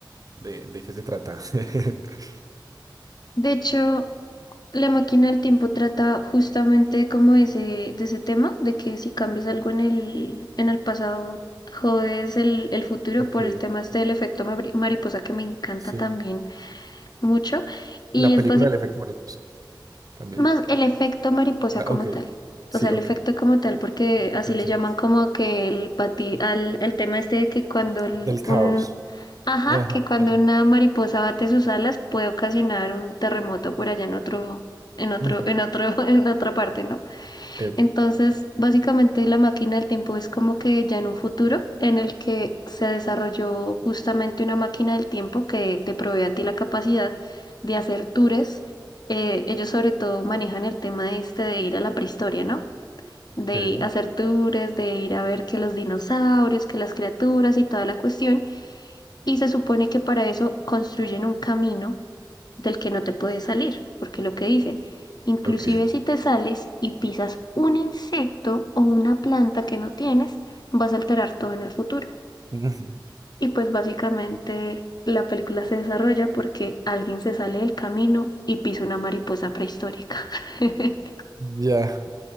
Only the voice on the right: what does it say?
¿De, de qué se trata? <laughs>
Ok,
sí.
La película
del efecto mariposa. También.
Ah,
ok,
sí,
ok.
El
concepto.
Del caos.
Ajá.
eh,
ujú,
epa,
ok.
Ok.
Ujú.
Ya.